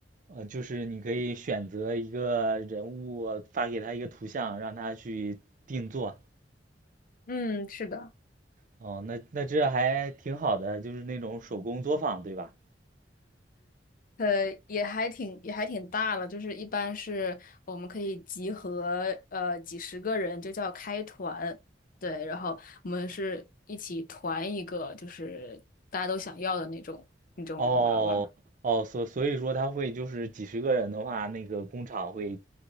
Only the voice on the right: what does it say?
呃，就是你可以选择一个人物，发给他一个图像，让他去定做。
哦，那那这还挺好的，就是那种手工作坊，对吧？
哦哦，所所以说他会就是几十个人的话，那个工厂会